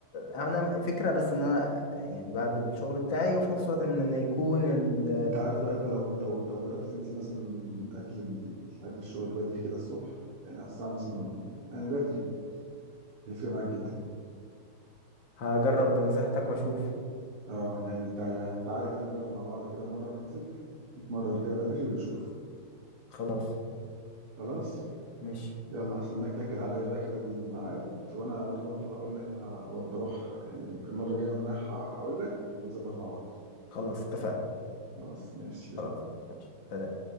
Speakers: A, on the left; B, on the right.
A: انا فكره بس ان انا يعني بعد الشغل بتاعي وفي نفس الوقت ان أنا يكون ال...
B: انت عارف بقى انت لو لو لو جربت تنزل مثلا قبل ال... قبل الشغل بدري كده الصبح يعني على الساعه مثلا يعني بدري هيفرق معاك جدا
A: هجرب بنصيحتك واشوف
B: اه يعني تع... يعني تعالى كده نجرب مع بعض كده مره ننزل نتمرن كده بدري ونشوف
A: خلاص
B: خلاص
A: ماشي
B: يلا هستناك تاكد عليا بقى كده الميعاد وانا وانا برضو هقول لك انا بروح يعني المره الجايه وانا رايح هقول لك ونظبط مع بعض
A: خلاص اتفقنا
B: خلاص ماشي يلا
A: خلاص ماشي سلام